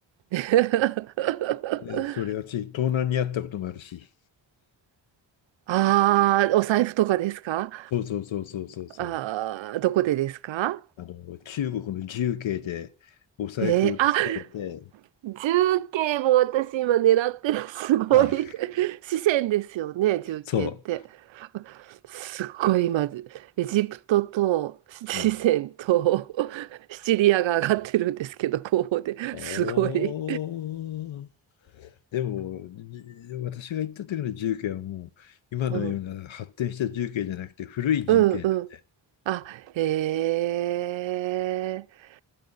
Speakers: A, on the right; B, on the left.
A: <laughs>
B: でそれはし、東南にあったこともあるし、
A: ああ、お財布とかですか
B: そうそうそうそうそうそう、
A: ああー、どこでですか
B: あの中国の重慶でお財布を盗まれて、
A: えー、あ、重慶も私今狙ってる。<laughs> すごい。
B: あ、
A: 四川ですよね、重慶って。
B: そ
A: すごい今、エジプトと四川とシチリアが上がってるんですけど、
B: う、うん。
A: 候補で。
B: おー、
A: すごい。
B: でも、じ私が行った時の重慶はもう、今のような発展した重慶じゃなくて、
A: うん、
B: 古い重慶なんで、
A: うん、うん。あ、えー。